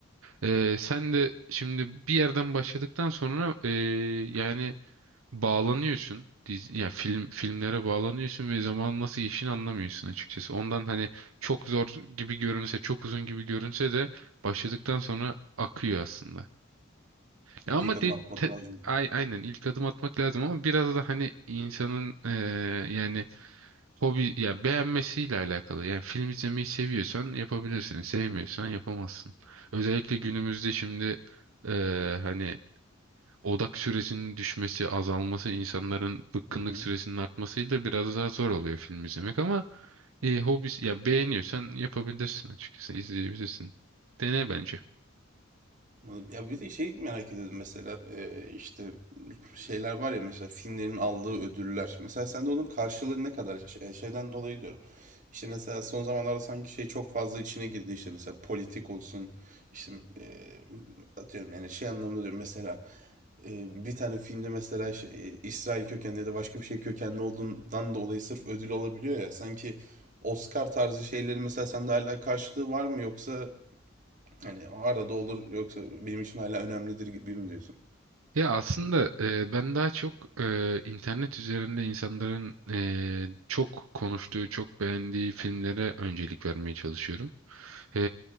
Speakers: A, on the right; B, on the right.
A: E, sen de şimdi bir yerden başladıktan sonra e, yani bağlanıyorsun. Dizi, yani film filmlere bağlanıyorsun ve zaman nasıl geçtiğini anlamıyorsun açıkçası. Ondan hani çok zor gibi görünse, çok uzun gibi görünse de başladıktan sonra akıyor aslında. Ya
B: Ya, ilk
A: Ama
B: adım
A: de,
B: atmak
A: te-
B: lazım.
A: ay- aynen ilk adım atmak lazım ama biraz da hani insanın eee, yani hobi ya beğenmesiyle alakalı. Yani film izlemeyi seviyorsan yapabilirsin, sevmiyorsan yapamazsın. Özellikle günümüzde
B: Hı.
A: şimdi eee, hani odak süresinin düşmesi, azalması, insanların bıkkınlık
B: Hı hı.
A: süresinin artmasıyla biraz daha zor oluyor film izlemek ama e, hobisi ya beğeniyorsan yapabilirsin açıkçası izleyebilirsin. Dene bence.
B: Anladım. Ya bir de şey merak ediyordum mesela e, işte şeyler var ya mesela filmlerin aldığı ödüller. Mesela sen de onun karşılığı ne kadar Şey- şeyden dolayı diyorum. İşte mesela son zamanlarda sanki şey çok fazla içine girdi işte mesela politik olsun işte e, atıyorum yani şey anlamda diyorum mesela e, bir tane filmde mesela şey, e, İsrail kökenli ya da başka bir şey kökenli olduğundan dolayı sırf ödül alabiliyor ya sanki Oscar tarzı şeyleri mesela sende hala karşılığı var mı yoksa Hani o arada olur yoksa benim için hala önemlidir gibi mi diyorsun?
A: Ya aslında e, ben daha çok e, internet üzerinde insanların e, çok konuştuğu, çok beğendiği filmlere öncelik vermeye çalışıyorum. E,